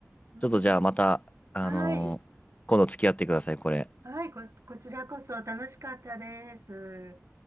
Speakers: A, on the right; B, on the left.
A: うん。
B: ちょっとじゃあまた、あのー今度付き合ってください、
A: はい。
B: これ。
A: はい。こ、こちらこそ楽しかったです。